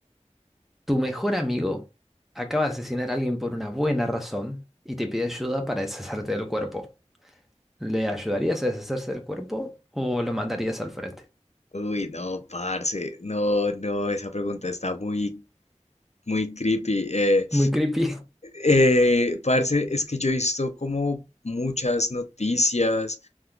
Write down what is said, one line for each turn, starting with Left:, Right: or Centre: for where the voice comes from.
Centre: Tu mejor amigo acaba de asesinar a alguien por una buena razón y te pide ayuda para deshacerte del cuerpo. ¿Le ayudarías a deshacerse del cuerpo o lo mandarías al frente?
Left: Uy, no, parce. No, no, esa pregunta está muy, muy creepy. Eh,
Centre: Muy creepy. <laughs>
Left: eh, parce, es que yo he visto como muchas noticias